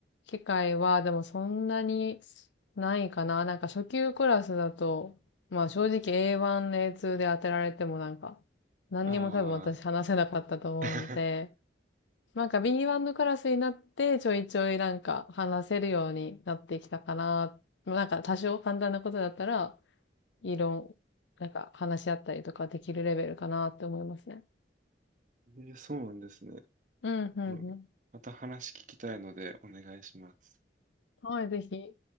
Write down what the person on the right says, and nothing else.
ああ、<laughs>
えーそうなんですね。
あのまた話聞きたいのでお願いします。